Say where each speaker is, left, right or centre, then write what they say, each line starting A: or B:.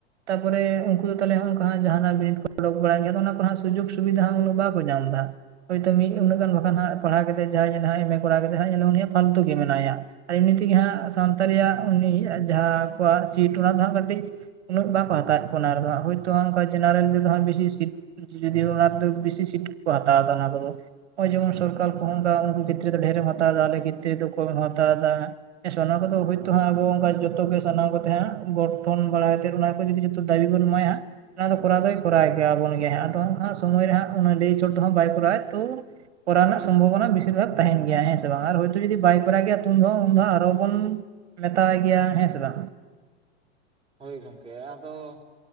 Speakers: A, on the right; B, on the right.
A: ᱛᱟᱨᱯᱚᱨᱮ ᱩᱱᱠᱩ ᱫᱚ ᱛᱟᱞᱦᱮ ᱚᱱᱠᱟ ᱡᱟᱦᱟᱱᱟᱜ ᱵᱤᱱᱤᱰ ᱠᱚ ᱚᱰᱩᱜ ᱵᱟᱲᱟᱭ ᱜᱮᱭᱟ ᱚᱱᱟ ᱠᱚᱨᱮ ᱥᱩᱡᱳᱜᱽ ᱥᱩᱵᱤᱫᱷᱟ ᱦᱚᱸ ᱩᱱᱟᱹᱜ ᱵᱟᱠᱚ ᱧᱟᱢ ᱮᱫᱟ ᱦᱳᱭᱛᱳ ᱢᱤᱫ ᱩᱱᱟᱹᱜ ᱜᱟᱱ ᱵᱟᱠᱷᱟᱱ ᱦᱟᱜ ᱯᱟᱲᱦᱟᱣ ᱠᱟᱛᱮᱫ ᱡᱟᱦᱟᱸᱭ ᱮᱢ ᱮ ᱠᱚᱨᱟᱣ ᱠᱟᱛᱮ ᱮᱫ ᱩᱱᱤᱭᱟᱜ ᱯᱷᱟᱞᱛᱩ ᱜᱮ ᱢᱮᱱᱟᱭᱟ ᱟᱨ ᱮᱢᱱᱤ ᱛᱮᱜᱮ ᱦᱟᱸᱜ ᱥᱟᱱᱛᱟᱲ ᱨᱮᱭᱟᱜ <unintelligible> ᱡᱟᱦᱟᱸ ᱠᱚᱣᱟᱜ ᱥᱤᱴ ᱚᱱᱟ ᱫᱚ ᱦᱟᱸᱜ ᱠᱟᱹᱴᱤᱡ ᱩᱱᱟᱹᱜ ᱵᱟᱠᱚ ᱦᱟᱛᱟᱣᱮᱫ ᱠᱚᱣᱟ ᱚᱱᱟ ᱨᱮᱫᱚᱜ ᱦᱳᱭᱛᱳ ᱠᱟ ᱡᱮᱱᱟᱨᱮᱞ ᱛᱮᱫᱚ ᱦᱟᱸᱜ ᱵᱮᱥᱤ ᱥᱤᱴ ᱡᱩᱫᱤ ᱚᱱᱟ ᱫᱚ ᱵᱮᱥᱤ ᱥᱤᱴ ᱠᱚ ᱦᱟᱛᱟᱣᱫᱟ ᱚᱱᱟ ᱠᱚ ᱫᱚᱼᱼ ᱱᱚᱜᱚᱭ ᱡᱮᱵᱚᱱ ᱥᱚᱨᱠᱟᱨ ᱠᱚᱸᱦᱚ ᱚᱱᱠᱟ ᱩᱱᱠᱩ ᱜᱤᱛᱨᱤ ᱫᱚ ᱰᱷᱮᱨᱮᱢ ᱦᱟᱛᱟᱣ ᱮᱫᱟ ᱟᱞᱮ ᱜᱤᱛᱨᱤ ᱨᱮ ᱫᱚ ᱠᱚᱢᱮᱢ ᱦᱟᱛᱟᱣ ᱮᱫᱟ ᱦᱮᱸ ᱚᱱᱟ ᱠᱚᱫᱚ ᱦᱳᱭᱛᱳ ᱦᱟᱸᱜ ᱟᱵᱚ ᱚᱱᱠᱟ ᱡᱚᱛᱚ ᱜᱮ ᱥᱟᱱᱟᱢ ᱠᱚᱛᱮ ᱦᱟᱸᱜ ᱜᱚᱴᱷᱚᱱ ᱵᱟᱲᱟ ᱠᱟᱛᱮᱫ ᱚᱱᱟ ᱠᱚ ᱡᱩᱫᱤ ᱡᱚᱛᱚ ᱫᱟᱹᱵᱤ ᱵᱚᱱ ᱮᱢᱟᱭᱟ ᱚᱱᱟ ᱫᱚ ᱠᱚᱨᱟᱣ ᱫᱚᱭ ᱠᱚᱨᱟᱣ ᱜᱮᱭᱟᱵᱚᱱ ᱜᱮ ᱦᱟᱸᱜ ᱟᱫᱚ ᱥᱚᱢᱚᱭ ᱨᱮ ᱦᱟᱸᱜ ᱞᱟᱹᱭ ᱪᱚᱴ ᱫᱚ ᱦᱟᱸᱜ ᱵᱟᱭ ᱠᱚᱨᱟᱣ ᱛᱚ ᱠᱚᱨᱟᱣ ᱨᱮᱱᱟᱜ ᱥᱚᱢᱵᱷᱚᱵᱚᱱᱟ ᱵᱮᱥᱤᱨ ᱵᱷᱟᱜᱽ ᱛᱟᱦᱮᱱ ᱜᱮᱭᱟ ᱦᱮᱸ ᱥᱮ ᱵᱟᱝ ᱦᱚᱭᱛᱳ ᱡᱩᱫᱤ ᱵᱟᱭ ᱠᱚᱨᱟᱭ ᱜᱮᱭᱟ ᱩᱱ ᱦᱚᱸ ᱟᱨᱚ ᱵᱚᱱᱼᱼ ᱢᱮᱛᱟᱣ ᱮᱭ ᱜᱮᱭᱟ ᱦᱮᱸ ᱥᱮ ᱵᱟᱝ
B: ᱦᱳᱭ ᱜᱚᱢᱠᱮ ᱟᱫᱚᱼᱼ